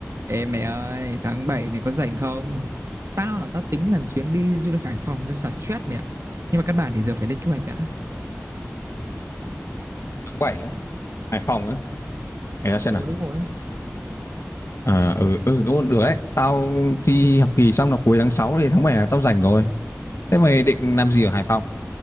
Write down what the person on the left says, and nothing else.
tháng 7 á Hải Phòng á để ta
xem nào
à ừ ừ đúng rồi, được đấy tao thi học kỳ xong là cuối tháng 6 thì tháng 7 là tao rảnh rồi thế mày định làm gì ở Hải Phòng